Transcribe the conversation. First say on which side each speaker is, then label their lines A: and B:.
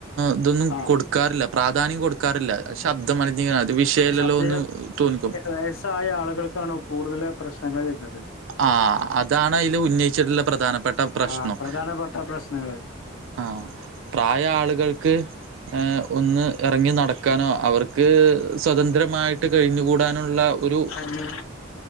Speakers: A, on the right; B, on the left.
A: ഇതൊന്നും
B: ആഹ്
A: കൊടുക്കാറില്ല പ്രാധാന്യം കൊടുക്കാറില്ല ശബ്ദ മലിനീകരണം അത് വിഷയല്ലല്ലോ
B: ശബ്ദ
A: എന്ന് തോന്നിക്കും
B: വയസ്സായ ആളുകൾക്കാണോ കൂടുതൽ പ്രശ്ന ഞങ്ങൾ വർണത് <unintelligible>
A: ആ അതാണ് അതിൽ ഉന്നയിച്ചിട്ടുള്ള പ്രധാനപ്പെട്ട പ്രശ്നം
B: ആഹ് പ്രധാനപ്പെട്ട പ്രശ്നങ്ങള്
A: ആ പ്രായ ആള്കൾക്ക് ഹ ഒന്ന് ഇറങ്ങി നടക്കാനോ അവർക്ക് സ്വതന്ത്രമായിട്ട് ഇട്ട് കഴിഞ്ഞുകൂടാനുള്ള ഒരു
B: ഒന്ന്